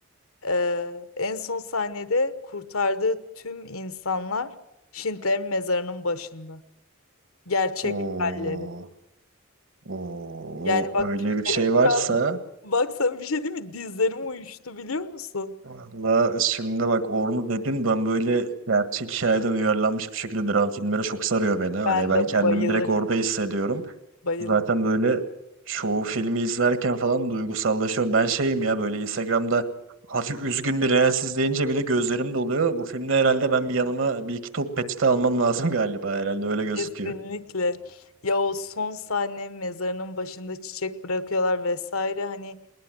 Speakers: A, on the left; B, on the right.
A: Ee, en son sahnede kurtardığı tüm insanlar Schindler'in mezarının başında. Gerçek
B: Oo.
A: halleri.
B: Oo,
A: Yani bak
B: öyle
A: tüylerim
B: bir şey varsa
A: şu an bak sana bir şey değil mi? Dizlerim uyuştu biliyor musun?
B: valla şimdi bak onu dedin ben böyle gerçek hikayeden uyarlanmış bir şekilde dram filmleri çok sarıyor beni. Hani
A: Ben
B: ben
A: de
B: kendimi
A: bayılırım.
B: direkt orada hissediyorum.
A: Bayılırım.
B: Zaten böyle çoğu filmi izlerken falan duygusallaşıyorum. Ben şeyim ya böyle Instagram'da hafif üzgün bir reels izleyince bile gözlerim doluyor. Bu filmde herhalde ben bir yanıma bir iki top peçete almam lazım <laughs> galiba herhalde öyle gözüküyor.
A: Kesinlikle. Ya o son sahne mezarının başında çiçek bırakıyorlar vesaire hani